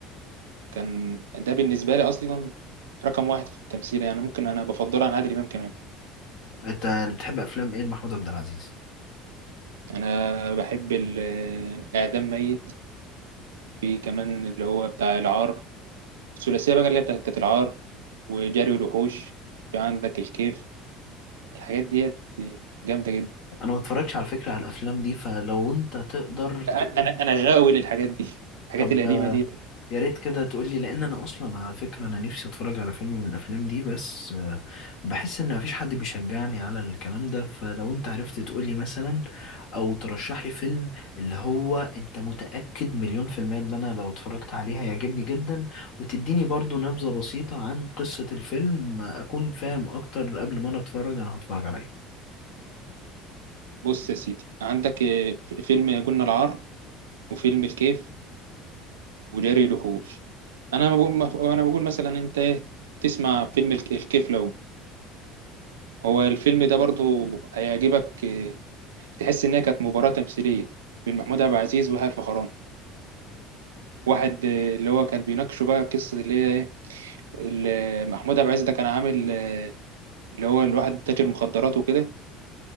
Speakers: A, on the right; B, on the left.
A: كان ده بالنسبة لي أصلا رقم واحد في التمثيل يعني ممكن أنا بفضله عن عادل إمام كمان
B: انت بتحب افلام ايه لمحمود عبد العزيز؟
A: أنا بحب ال- إعدام ميت في كمان اللي هو بتاع العار الثلاثية بقى اللي هي بتاعت بتاعت العار وجري الوحوش في عندك الكيف الحاجات ديت جامدة جدا
B: انا ما اتفرجتش على فكرة على الافلام دي فلو انت تقدر تقول
A: أنا أنا غاوي للحاجات دي الحاجات
B: طب
A: القديمة
B: ده
A: دي
B: يا ريت كده تقولي لان انا اصلا على فكره انا نفسي اتفرج على فيلم من الافلام دي بس آه، بحس ان مفيش حد بيشجعني على الكلام ده فلو انت عرفت تقولي مثلا او ترشح لي فيلم اللي هو انت متاكد مليون في الميه ان انا لو اتفرجت عليه هيعجبني جدا وتديني برضو نبذه بسيطه عن قصه الفيلم آه، اكون فاهم اكتر قبل ما انا اتفرج انا هتفرج على ايه
A: بص يا سيدي عندك آه، في- فيلم يا جن العار وفيلم الكيف وجري الوحوش انا بقول انا بقول مثلا انت إيه، تسمع فيلم الك- الكيف لو هو الفيلم ده برضو هيعجبك آه، تحس إنها كانت مباراة تمثيلية بين محمود عبد العزيز ويحيى الفخراني واحد آه، اللي هو كان بيناقشه بقى قصة اللي هي إيه اللي محمود عبد العزيز ده كان عامل آه، اللي هو الواحد تاجر مخدرات وكده